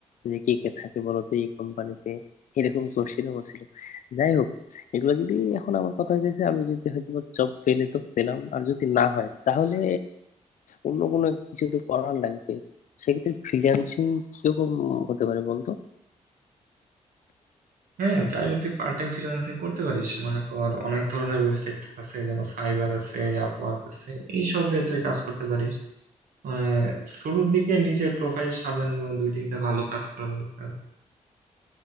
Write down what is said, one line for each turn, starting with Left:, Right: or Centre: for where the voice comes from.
Left: যে কে কে থাকে বলতো এই কোম্পানিতে এরকম কোশ্চেন করছিল যাই হোক এগুলো যদি এখন আমার কথা হয়েছে আমি যদি হয়তো জব পেলে তো পেলাম আর যদি না হয় তাহলে অন্য কোনো কিছু তো করার লাগবে সেক্ষেত্রে ফ্রিল্যান্সিং কিরকম হতে পারে বলতো
Right: হ্যাঁ চাইলে তুই পার্ট টাইম ফ্রিল্যান্সিং করতে পারিস মনে কর অনেক ধরনের ওয়েবসাইট আছে যেমন ফাইবার আছে আপওয়ার্ক আছে এইসব তুই কাজ করতে পারিস মানে শুরুর দিকে নিজের প্রোফাইল সাজানো দুই তিনটা ভালো কাজ করা দরকার